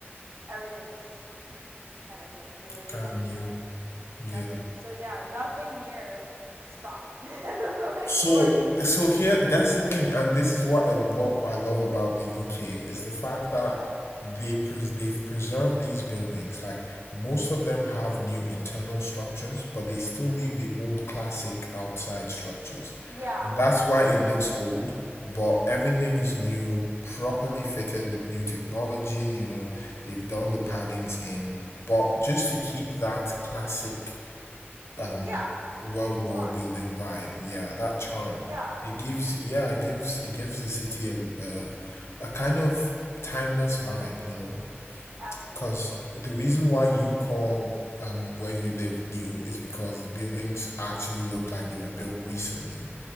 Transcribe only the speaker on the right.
everything's kind of like newer development.
Nothing. So, yeah, nothing near Scotland. <laughs> like,
or,
yeah.
Mm-hmm.
Yeah,
yeah,
yeah.
Charm.
Yeah,
absolutely.